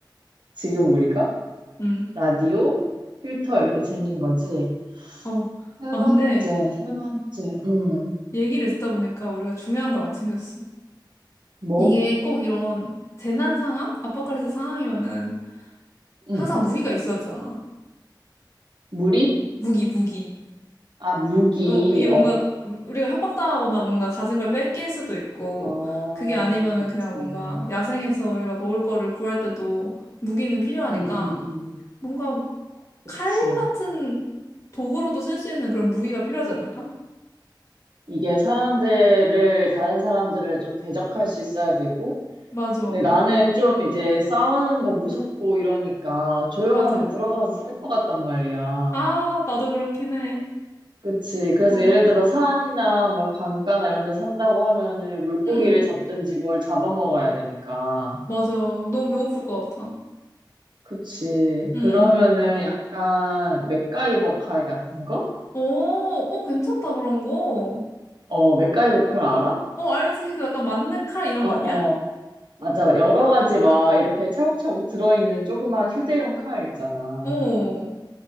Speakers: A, on the right; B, on the left.
A: 지금 우리가
B: 음.
A: 라디오, 필터 이렇게 챙긴 거지.
B: 어.
A: 세
B: 아, 근데
A: 번째, 세 번째, 음,
B: 얘기를 듣다 보니까 우리가 중요한 걸 안 챙겼어.
A: 뭐?
B: 이게 꼭 이런 재난 상황? 아포칼립스 상황이면은
A: 음,
B: 항상 무기가 있어야 되잖아.
A: 무리?
B: 무기, 무기.
A: 아, 무기,
B: 어, 이게 뭔가
A: 어, 그치.
B: 우리가 협박당하거나 뭔가 가진 걸 뺏길 수도 있고,
A: 어,
B: 그게 아니면은
A: 그치.
B: 그냥 뭔가
A: 음,
B: 야생에서 우리가 먹을 거를 구할 때도 무기는 필요하니까
A: 음, 음,
B: 뭔가
A: 그치.
B: 칼 같은 도구로도 쓸 수 있는 그런 무기가 필요하지 않을까?
A: 이게 사람들을, 다른 사람들을 좀 대적할 수 있어야 되고,
B: 맞아.
A: 근데 나는 좀 이제 싸우는 거 무섭고 이러니까 조용한
B: 맞아.
A: 데 들어가서 살 것 같단 말이야.
B: 아, 나도 그렇긴 해.
A: 그치. 그래서
B: 어.
A: 예를 들어 산이나 막 강가나 이런 데 산다고 하면은 물고기를
B: 응.
A: 잡든지 뭘 잡아먹어야 되니까.
B: 맞아. 너무 배고플 것 같아.
A: 그치.
B: 응.
A: 그러면은 약간 맥가이버 칼 같은 거?
B: 오, 오, 괜찮다, 그런 거.
A: 어, 맥가이버 칼 알아?
B: 어, 알지. 그 약간 맞는 칼 이런
A: 어,
B: 거
A: 어.
B: 아니야?
A: 맞아. 여러 가지 막 이렇게 차곡차곡 들어있는 조그만 휴대용 칼 있잖아.
B: 어.